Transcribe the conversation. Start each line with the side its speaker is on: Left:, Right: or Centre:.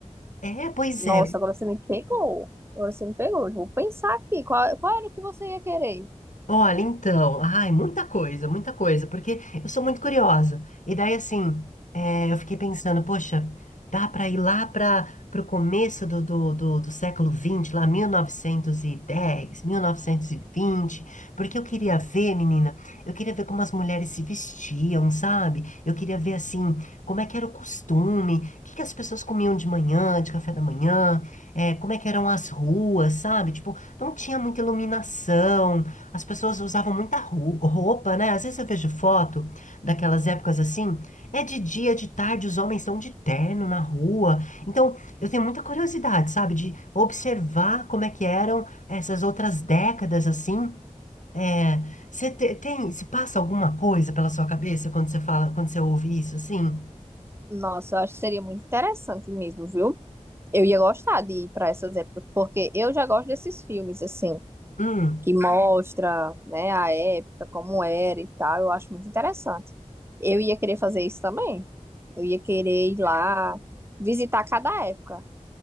Left: É, pois
Right: Nossa,
Left: é.
Right: agora você me pegou, agora você me pegou. Eu Vou pensar aqui, qual, qual era o que você ia querer?
Left: Olha, então, ai, muita coisa, muita coisa, porque eu sou muito curiosa. E daí, assim, é, eu fiquei pensando, poxa, dá para ir lá para o começo do, do, do, do século vinte, lá mil mil novecentos novecentos e dez, mil novecentos e vinte, porque eu queria ver, menina, eu queria ver como as mulheres se vestiam, sabe? Eu queria ver, assim, como é que era o costume, o que que as pessoas comiam de manhã, de café da manhã, é, como é que eram as ruas, sabe? Tipo, não tinha muita iluminação as pessoas usavam muita ru- roupa, né? Às vezes eu vejo foto daquelas épocas assim. É de dia, de tarde, os homens estão de terno na rua. Então, eu tenho muita curiosidade, sabe? De observar como é que eram essas outras décadas assim. É, você te- tem, se passa alguma coisa pela sua cabeça quando você fala, quando você ouve isso assim?
Right: Nossa, eu acho que seria muito interessante mesmo, viu? Eu ia gostar de ir pra essas épocas, porque eu já gosto desses filmes, assim.
Left: Hum,
Right: que mostra, né, a época, como era e tal. Eu acho muito interessante. Eu ia querer fazer isso também. Eu ia querer ir lá visitar cada época,